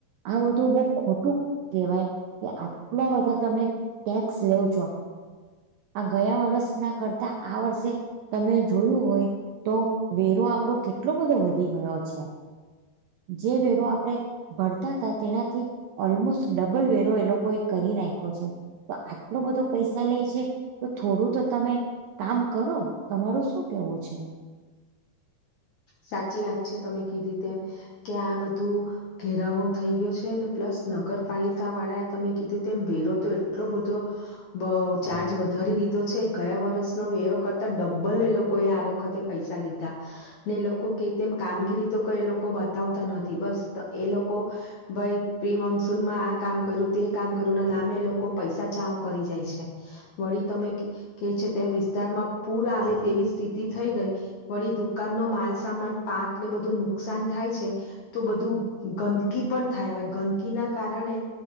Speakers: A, on the right; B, on the left.
A: આ બધું બઉ ખોટું કેહેવાય કે આટલા બધા તમે ટેક્સ લવ છો. આ ગયા વર્ષના કરતા આ વર્ષે તમે જોયું હોય તો વેરો આપણો કેટલો વધી ગયો છે જે વેરો <unintelligible> ઓલમોસ્ટ ડબલ વેરો એ લોકોએ કરી નાખ્યો છે. તો આટલો બધો પૈસા લે છે તો થોડું તો તમે કામ કરો તમાર શું કેવું છે?
B: સાચી વાત છે તમે કીધી તેમ કે આ બધું ઘેરાવો થઈ ગયો છે ને પ્લસ નગરપાલિકા વાળાએ તમે કીધું તેમ વેરો તો એટલો બધો બ ચાર્જ વધારી દીધો છે ગયા વર્ષનો વેરો કરતા ડબ્બલ એ લોકો કોએ આ વખતે પૈસા લીધા. ને એ લોકો કે તેમ કામગીરી તો ક એ લોકો બતાવતા નથી બસ એ લોકો ભાઈ પ્રી મોન્સૂનમાં આ કામ તે કામ કર્યું ના નામે લોકો પૈસા ચાવ કરી જાય છે. વળી તમે કે છે તેમ વિસ્તારમાં પૂર આવે તેવી સ્થિતિ થઈ ગઈ દુકાન ન માલસામાન પાકને બધું નુકસાન થાય છે તો બધું ગંદકી પણ થાય હવે ગંદકીના કારણે